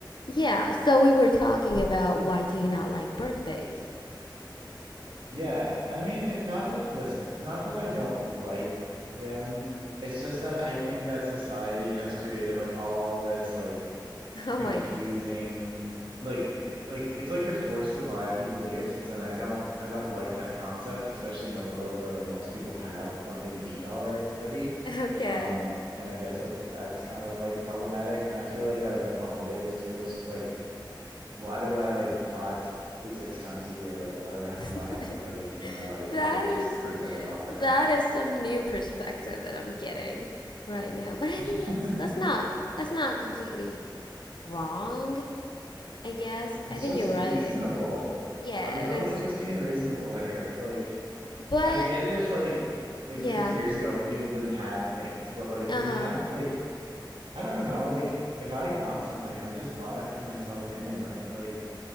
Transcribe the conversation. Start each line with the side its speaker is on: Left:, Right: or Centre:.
Left: Yeah, so we were talking about why do you not like birthdays?
Right: Yeah, I mean, it's not that, listen, it's not that I don't like them. It's just that I think that society has created like all this like
Left: <laughs> Oh
Right: confusing
Left: my God.
Right: like eh, like it's like you're forced to buy people gifts and I don't I don't like that concept, especially in a world where like most people have what they need already.
Left: Okay.
Right: Um and I guess like that's kind of like problematic and I feel like that about holidays too. It's just like why do I like five to six times a year? Like, why do I have
Left: <laughs>
Right: to buy everybody in my life
Left: That
Right: a gift
Left: is
Right: just to prove that I love them?
Left: that is some new perspective that I'm getting right now. But I
Right: <laughs>
Left: think that's that's not that's not completely wrong, I guess.
Right: It's
Left: I think
Right: just
Left: you're
Right: reasonable.
Left: right. Yeah,
Right: I'm totally
Left: it is.
Right: just being reasonable here. Like,
Left: But
Right: I'd get it if like like
Left: yeah.
Right: 50 years ago when people didn't have things, but like
Left: Uh-huh.
Right: we have like I don't know, like if I want something, I just buy it for myself anyway. Like